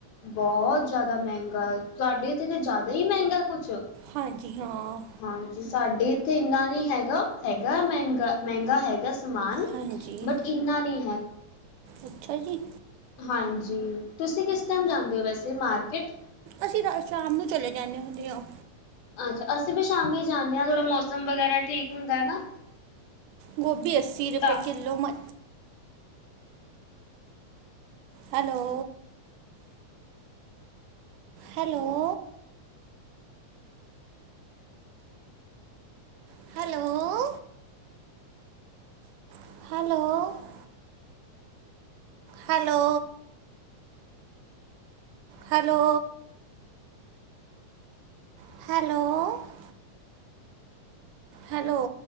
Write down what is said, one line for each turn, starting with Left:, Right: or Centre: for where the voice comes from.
Left: ਬਹੁਤ ਜ਼ਿਆਦਾ ਮਹਿੰਗਾ ਤੁਹਾਡੇ ਇੱਥੇ ਤਾਂ ਜ਼ਿਆਦਾ ਹੀ ਮਹਿੰਗਾ ਕੁਛ
Right: ਹਾਂਜੀ ਹਾਂ।
Left: ਹਾਂਜੀ ਸਾਡੇ ਇੱਥੇ ਇੰਨਾ ਨੀ ਹੈਗਾ, ਹੈਗਾ ਮਹਿੰਗਾ- ਮਹਿੰਗਾ ਹੈਗਾ ਸਮਾਨ,
Right: ਹਾਂਜੀ
Left: ਬਟ ਇੰਨਾ ਨੀ
Right: ਅੱਛਾ ਜੀ।
Left: ਹਾਂਜੀ ਤੁਸੀਂ ਕਿਸ ਟਾਈਮ ਜਾਂਦੇ ਓ ਵੈਸੇ ਮਾਰਕੀਟ?
Right: ਅਸੀਂ ਸ਼ਾਮ ਨੂੰ ਚਲੇ ਜਾਂਦੇ ਹੁੰਦੇ ਆ।
Left: ਅੱਛਾ ਅਸੀਂ ਵੀ ਸ਼ਾਮੀ ਜਾਂਦੇ ਆ ਥੋੜਾ ਮੌਸਮ ਵਗੈਰਾ ਠੀਕ ਹੁੰਦਾ ਨਾ।
Right: ਗੋਭੀ ਅੱਸੀ ਰੁਪਏ
Left: ਅ
Right: ਕਿੱਲੋ ਮ hello hello hello hello hello hello hello hello